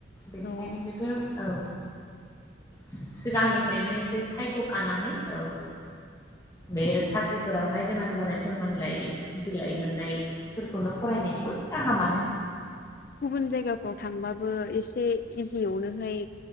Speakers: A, on the left; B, on the left.
A: बेनिखायनो
B: औ
A: बेफोर औ। सि-सिगांनिफ्रायनो एसे सायख'खानानै औ बे साख्रिफोरावहाय गोनां जानाय फोरमानलाइ बिलाइ मोननायफोरखौनो फरायनायाबो गाहामानो।
B: गुबुन जायगाफ्राव थांबाबो एसे इजियावनोहाय